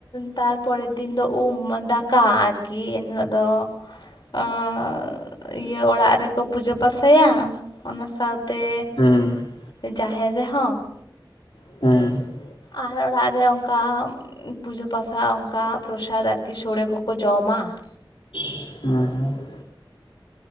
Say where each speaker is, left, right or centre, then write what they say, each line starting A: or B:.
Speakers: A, on the left; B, on the left.
A: ᱛᱟᱨᱯᱚᱨᱮᱨ ᱫᱤᱱ ᱫᱚ ᱩᱢ ᱫᱟᱠᱟ ᱟᱨᱠᱤ ᱮᱱ ᱦᱤᱞᱳᱜ ᱫᱚ ᱚᱸᱻ ᱤᱭᱟᱹ ᱚᱲᱟᱜ ᱨᱮᱠᱚ ᱯᱩᱡᱟᱹ ᱯᱟᱥᱟᱭᱟ ᱚᱱᱟ ᱥᱟᱶᱛᱮ
B: ᱦᱩᱸ ᱾
A: ᱡᱟᱦᱮᱨ ᱨᱮᱦᱚᱸ ᱾
B: ᱦᱩᱸ ᱾
A: ᱟᱨ ᱚᱲᱟᱜ ᱨᱮ ᱚᱱᱠᱟ ᱯᱩᱡᱟᱹ ᱯᱟᱥᱟ ᱚᱱᱠᱟ ᱯᱨᱚᱥᱟᱫ ᱟᱨᱠᱤ ᱥᱚᱲᱮ ᱠᱚᱠᱚ ᱡᱚᱢᱟ ᱾
B: ᱦᱩᱸ ᱾